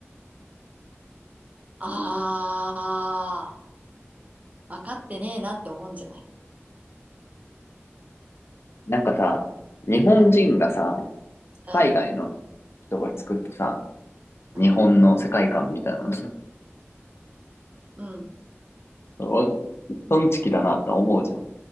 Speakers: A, on the right; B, on the left.
A: ああ、分かってねえなって思うんじゃない
B: なんかさ、日本人がさ、
A: うん、うん、
B: 海外の人が作ったさ、
A: うん、
B: 日本の世界観みたいなの
A: うん。
B: <laughs> わトンチキだなって思うじゃん。